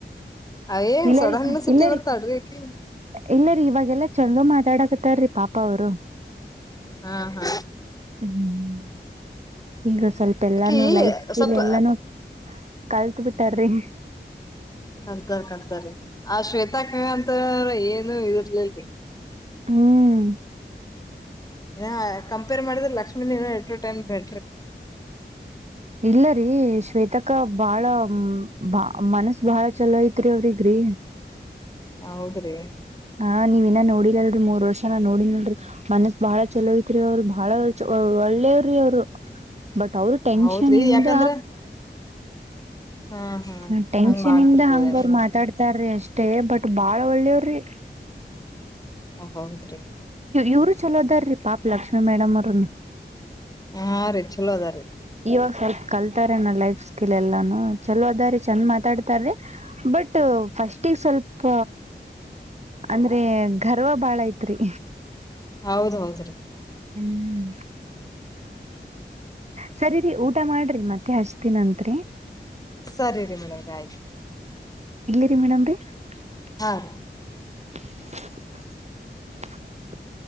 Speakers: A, on the left; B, on the right.
A: ಅವೇ
B: ಇಲ್ಲರಿ,
A: ಸೋಡ ಹಣ್ಣ ಸಿಟ್ಟಿ
B: ಇಲ್ಲರಿ,
A: ಬರ್ತಾಳ್ರಿ ಅಕಿ
B: ಇಲ್ಲರಿ ಇವಾಗೆಲ್ಲ ಚೋಲ ಮಾತಾಡಕ್, ತರ್ರಿ ಪಾಪ ಅವರು.
A: ಹಾ, ಹಾ
B: ಹ್ಮ್, ಈಗ ಸ್ವಲ್ಪ ಎಲ್ಲಾನು
A: ಅಕಿ
B: ಲೈಫ್ ಸ್ಕಿಲ್
A: ಸ್ವಲ್ಪ
B: ಎಲ್ಲಾನು ಕಲ್ತ್ ಬಿಟ್ಟಾರಿ.
A: ಕಂತಾರ್, ಕಂತಾರಿ ಆ ಶ್ವೇತಾಕ್ಕ ಅಂತ್ರ ಏನು ಇದ್ರ ಹೇರಿ <unintelligible>
B: ಹ್ಮ್,
A: ಇ ಕಂಪೇರ್ ಮಾಡಿದ್ರೆ ಲಕ್ಷ್ಮಿನು ಎಲ್ಲಾ ಎಂಟ್ ಟೈಮೆಂಟ್, ಬೇ
B: ಇಲ್ಲರಿ ಶ್ವೇತಕ್ಕಾ ಬಾಳ, ಬಾಳ ಮನಸ್ ಬಾಳ ಚಲೋ ಐತ್ರಿ ಅವ್ರಿಗಿ,
A: ಹೌದ್ರಿ,
B: ಹಾ, ನೀವ್ ಇನ್ನ ನೋಡಿಲಲ್ರಿಮೂರ್ ವರ್ಷ ನಾ ನೋಡಿನಲ್ಲ್ರೀ, ಮನಸ್ ಬಾಳ ಚಲೋಐತ್ರಿ ಅವ್ರದು ಬಾಳ ಚ ಒಳ್ಳೆಯವ್ರ ಅವರು ಬಟ್ ಅವರು ಟೆನ್ಷನ್
A: ಹೌದ್ರಿ
B: ಇಂದ
A: ಯಾಕಂದ್ರ ಹಾ ಹಾ
B: ಹ ಟೆನ್ಷನ್
A: ಹಂಗ್ ಮಾಡ್ತಿರ್ಬೋದೇನ್
B: ಇಂದ ಹಂಗ ಅವರು ಮಾತಾಡ್ತ ತಾರಅಷ್ಟೇ ಬಟ್ ಬಾಳ ಒಳ್ಳೇವ್ರಿ.
A: ಹೌದ್ರಿ
B: ಇವರು ಚಲೋದಾರಿ ಪಾಪ ಲಕ್ಷ್ಮೀ ಮೇಡಮ್ ಅವ್ರನು.
A: ಹಾ, ರೀ ಚೋಲದಾ ರೀ.
B: ಇವಾಗ ಸ್ವಲ್ಪ ಕಲ್ತಾರೆನ್ ಲೈಫ್ ಸ್ಕಿಲ್ ಎಲ್ಲಾನು. ಚಲೋ ಅದ ರೀ ಚಂದ ಮಾತಾಡ್ತಾರೀ ಬಟ್ ಫಸ್ಟಿಗಿಸ್ವಲ್ಪ ಅಂದ್ರೆ ಗರ್ವ ಬಾಳ ಐತ್ರಿ.
A: ಹೌದ, ಹೌದ ರೀ
B: ಹ್ಮ್, ಸರಿರಿ ಊಟ ಮಾಡ್ರಿ ಮತ್ತೆ ಹಚ್ತಿನಂತ್ರಿ.
A: ಸರಿರಿ ಮೇಡಮ್ರೆ ಆಯ್ತ.
B: ಮೇಡಮ <unintelligible>
A: ಹ <inaudible>
B: <unintelligible>